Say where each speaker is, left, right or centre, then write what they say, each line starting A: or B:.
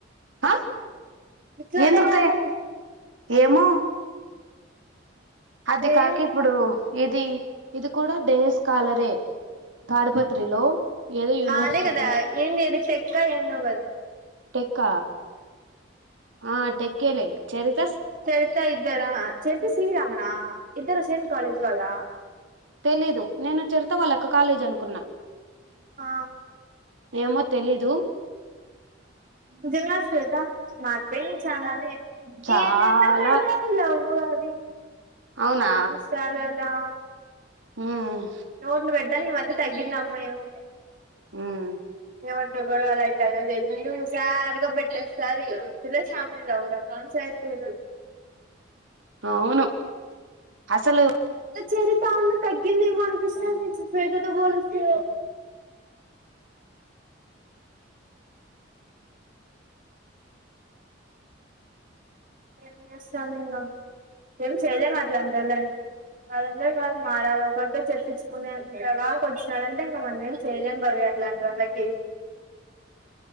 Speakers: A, on the right; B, on the right.
A: ఆ
B: ఇట్లా
A: ఎందుకు
B: తయారు
A: తే
B: ఏంది
A: ఏమో అది కాక
B: ఏం
A: ఇప్పుడు ఇది ఇది కూడా డేస్ కాలరే తాడుపత్రిలో ఏదో యూనివర్సిటీ
B: అదే కదా ఏం లేదు టెక్క ఏందో కదా
A: టెక్క ఆ టెక్కేలే చెరి
B: చరిత ఇద్దర చరిత సివి రమణ ఇద్దరు సేమ్ కాలేజ్ కాదా
A: తెలీదు నేను చెరిత వాళ్ల అక్క కాలేజ్ అనుకున్నా
B: ఆ
A: ఏమో తెలీదు
B: నిజంగా శ్వేత మార్పైంది చాలానే
A: చాలా
B: ఏందేందో పెడుతున్నావ్ ఓ అదే ఇదే
A: అవునా
B: అయిపోయింది సరెలే లా
A: ఉమ్
B: నోడ్దు బడావ మద తగ్గిందమ్మ ఏమో
A: మ్మ్
B: ంట కూడా అలా అవుతుది ఎందు సారిగా పెట్టేస్తారు తలా ఛామలులు ఉడా మసయతే
A: అవును అసలు
B: చరితను తగ్గిందేమో అనిపిస్తుంది సుశీలతో పోలిస్తే ఏ చేస్తాం ఇంగ ఏమి చేయలేం అట్లాంటి వాళ్లని వాళ్ళంతకి వాళ్ళు మారాలి ఒకరితో చెప్పించుకునేంతగా వచ్చినారంటే ఇంగా మనం ఏమి చేయలేం భవ్య అట్లాంటి వాళ్ళకి